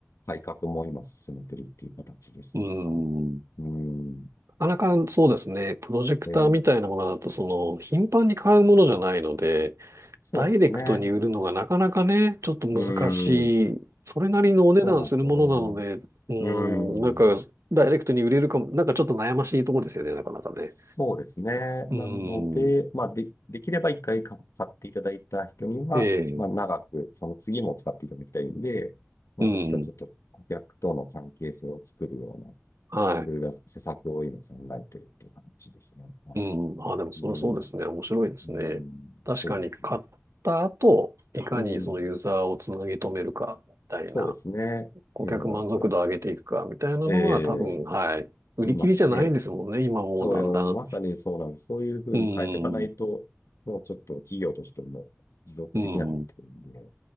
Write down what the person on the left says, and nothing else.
改革も今進めてるっていう形ですね。
はい、うーん、
ええ、
そうですね。
うーん、
そうなんですよね。
うーん。
そうですね。なので、
まあ、で、できれば一回か買っていただいた人には、
まあ、長く、その次も使っていただきたいんで、まあ、
そういったちょっと顧客との関係性を作るような、
いろいろ施策を今考えてるっていう感じですね。はい
うん、
うん、
そうですね。
うん、
そうですね。っていうのが、
やっぱり、
ええ
今ね、
そうよ、まさにそうなんです。そういうふうに変えていかないと、
もうちょっと企業としても持続できなくなってくるんで、